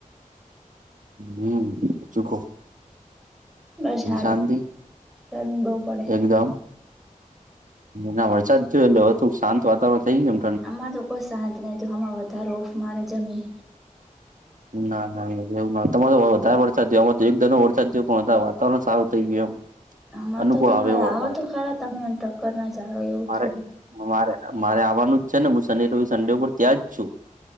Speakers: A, on the right; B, in the centre.
A: હમ ચૂકો.
B: બસ સારું
A: વિ શાંતિ
B: ગરમી બહુ પડે
A: એકદમ. ના વરસાદ થયો એટલેધું શાંત વાતાવરણ થઈ ગયમ.
B: અમાર તો કોઈ શાંત નહ આમાં વધારે ઓફ મારે જમી.
A: ના ના એવવ તમા તો વધારે વરસાદ થયો અમા તો એક ધા નો વરસાદ થયો પણ વાતાવરણ સારું થઈ ગયું એમ.
B: અમારે
A: અનુકૂળ
B: તો તમેવે
A: આવે એવું
B: આવો
A: અમારે
B: તો ખરા તમે ટક્કર ના ચાલો એવું
A: મારે
B: થયું.
A: મારે મારે આવવાનું જ છે ને હું સડે રો સડે ઉપર ત્યાં જ છું.